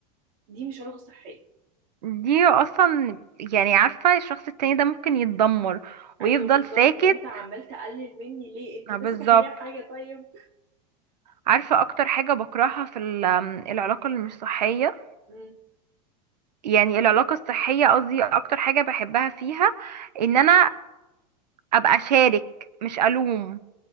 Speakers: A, on the right; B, on the right.
A: دي مش علاقة صحية
B: دي أصلا يعني عارفة الشخص التاني ده ممكن يتدمر
A: أيوة
B: ويفضل
A: بالظبط
B: ساكت
A: إن أنت عمال تقلل مني ليه أنت
B: آه، بالظبط
A: ماسك عليا حاجة طيب
B: عارفة أكتر حاجة بكرهها في ال- آم، العلاقة اللي مش صحية
A: مم.
B: يعني العلاقة الصحية قصدي أكتر حاجة بحبها فيها إن أنا أبقى شارك مش ألوم